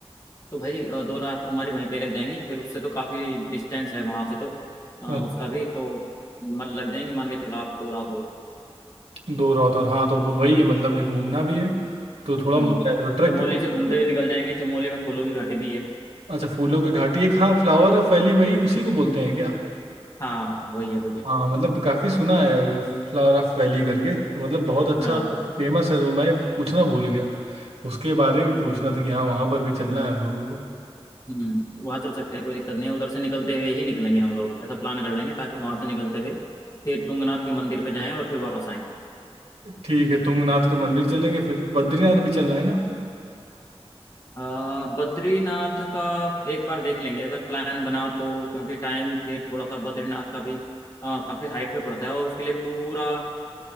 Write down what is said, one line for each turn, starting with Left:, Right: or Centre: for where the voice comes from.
Left: तो भाई अ, दो रात तो हमारी वहीं पे लग जाएंगी फिर उससे तो काफी डिस्टेंस है वहां से तो अ, उसका
Right: अच्छा
Left: भी तो मन लग जाएंगी मान के चलो आप दो रात हो
Right: दो रात और हाँ तो वही है मतलब कि घूमना भी है तो थोड़ा
Left: हम्म
Right: मजा है तो ट्रैक
Left: चमोली
Right: पे
Left: से घूमते हुए निकल जाएंगे चमोली में फूलों की घाटी भी है
Right: अच्छा फूलों की घाटी एक हाँ फ्लावर ऑफ वैली वही उसी को बोलते हैं क्या
Left: हाँ वही है वही है
Right: हाँ मतलब काफ़ी सुना है फ्लावर ऑफ वैली करके तो मतलब बहुत अच्छा
Left: हाँ बिल्कुल
Right: फेमस है तो मैं पूछना भूल गया उसके बारे में पूछना था कि हाँ वहाँ पर भी चलना है हम लोगों को
Left: हम्म वहाँ चल सकते हैं कोई दिक्कत नहीं है उधर से निकलते हुए ही निकलेंगे हम लोग ऐसा प्लान कर लेंगे ताकि वहाँ से निकलते हुए फिर तुंगनाथ के मंदिर पे जाएं और फिर वापस आएं
Right: ठीक है तुंगनाथ के मंदिर चलेंगे फिर बद्रीनाथ भी चलना है ना
Left: आ, बद्रीनाथ का एक बार देख लेंगे अगर प्लान बना तो क्योंकि टाइम फिर थोड़ा सा बद्रीनाथ का भी आ, काफी हाइट पे पड़ता है और उसके लिए पूरा